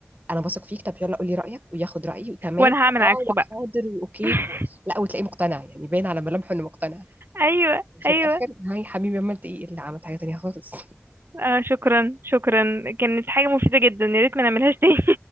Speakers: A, on the right; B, on the right.
A: انا بثق فيك طب يلا قولي رايك وياخد رايي وتمام
B: وانا هعمل
A: اه
B: عكسه
A: وحاضر
B: بقى
A: واوكي
B: <laughs>
A: و... لا وتلاقيه مقتنع يعني باين على ملامحه انه مقتنع
B: ايوه
A: وفي
B: ايوه
A: الاخر هاي حبيبي ما انت ايه اللي عملت حاجه تانية خالص
B: آه شكرا شكرا كانت حاجة مفيدة جدا يا ريت ما نعملهاش تاني